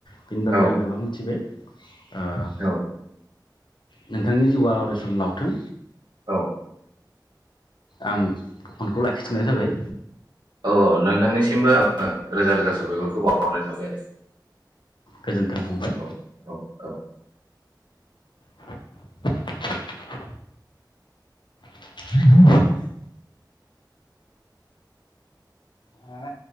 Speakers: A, on the left (about 85°); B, on the right (about 75°).
A: बिनि बागै
B: औ
A: आं गोबां मिथिबाय। <inaudible> ओ
B: औ
A: नोंथांनि जिउआ अराय सम लावथों।
B: औ।
A: आं फनखौ लाखिथनाय जाबाय।
B: औ औ नोंथांनिसिमबो आं। ओ रोजा रोजा साबायखरखो बाव हरनाय थाबाय आरो।
A: गोजोन्थों फंबाय।
B: औ औ औ
A: <inaudible> <inaudible> मा।